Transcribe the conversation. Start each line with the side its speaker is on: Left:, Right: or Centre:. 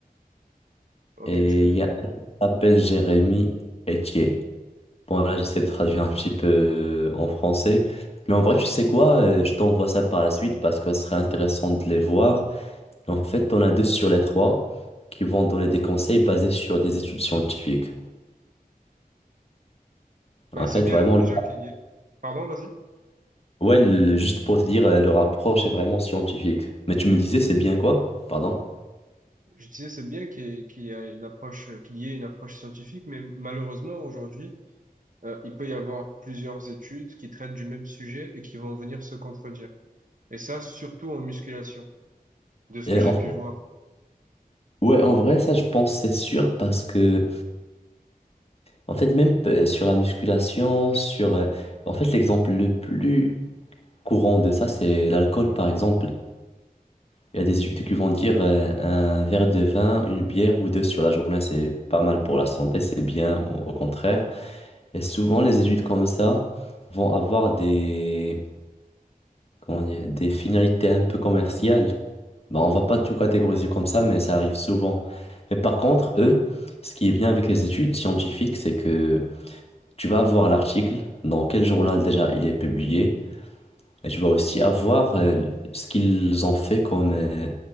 Right: Ok,
Left: et
Right: je connais
Left: il y
Right: pas.
Left: a un qui s'appelle Jérémy Etier. Bon, là, j'essaie de traduire un petit peu euh, en français. Mais en vrai, tu sais quoi? euh, Je t'envoie ça par la suite parce que ce serait intéressant de les voir. En fait, on a deux sur les trois qui vont donner des conseils basés sur des études scientifiques.
Right: Bah,
Left: En
Right: c'est
Left: fait,
Right: bien
Left: vraiment.
Right: déjà qu'il y ait. Pardon, vas-y.
Left: Ouais, le- juste pour te dire, euh, leur approche est vraiment scientifique. Mais tu me disais, c'est bien quoi? Pardon?
Right: Je disais, c'est bien qu'il y ait, qu'il y ait une approche, euh, qu'il y ait une approche scientifique, mais malheureusement aujourd'hui, euh, il peut y avoir plusieurs études qui traitent du même sujet et qui vont venir se contredire. Et ça, surtout en musculation, de ce
Left: Et
Right: que j'ai
Left: en fait-
Right: pu voir.
Left: ouais, en vrai, ça, je pense, c'est sûr, parce que, en fait, même euh, sur la musculation, sur. euh, En fait, l'exemple le plus courant de ça, c'est l'alcool, par exemple. Il y a des études qui vont dire euh, un verre de vin, une bière ou deux sur la journée, c'est pas mal pour la santé, c'est bien, au au contraire. Et souvent, les études comme ça vont avoir des comment dire, des finalités un peu commerciales. Bah, on va pas tout catégoriser comme ça, mais ça arrive souvent. Mais par contre, eux, ce qui est bien avec les études scientifiques, c'est que tu vas avoir l'article, dans quel journal déjà il est publié, et tu vas aussi avoir euh, ce qu'ils ont fait comme euh,